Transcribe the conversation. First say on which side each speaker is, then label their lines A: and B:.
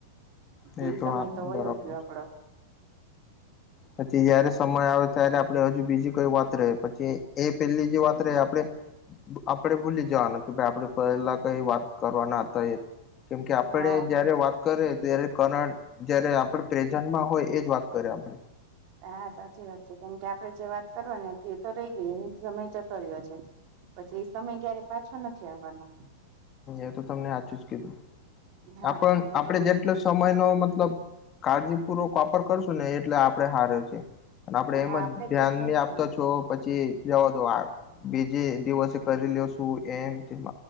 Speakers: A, on the left; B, on the right.
A: જ
B: એ સમય
A: હા બરાબર
B: તો વયો ગયો
A: છે.
B: આપણો.
A: પછી જ્યારે સમય આવે ત્યારે આપણે હજુ બીજી કોઈ વાત રહે. પછી એ પેલી જે વાત રહે આપણે આપણે ભૂલી જવાના કે ભાઈ આપણે પહેલાં કંઈ વાત કરવાના હતા એ. કેમ કે આપણે
B: હા
A: જ્યારે
B: પછી
A: વાત.. કરે ત્યારે, કરણ જ્યારે આપણે પ્રેઝન્ટમાં હોઈએ એ જ વાત કરીએ આપણે.
B: હા, સાચી વાત છે, કેમ કે આપણે જે વાત કરવાની હતી એ તો રહી ગઈ, એનો સમય જતો રહ્યો છે. પછી એ સમય ક્યારેય પાછો નથી આવવાનો.
A: એ તો તમને હાચુજ કિધું
B: હા
A: આપણ
B: કે
A: આપડે
B: સમ
A: જે. એટલે સમયનો મતલબ કાળજીપૂર્વક કાપડ કરશું ને, એટલે આપણે હારુ છીએ. આપણે
B: હા
A: એમ જ
B: આપડે
A: ધ્યાન
B: જેટલો
A: નહીં આપતા
B: હા
A: છો પછી જવાદો વાત બીજા દિવસે... કરી લઈશું એમ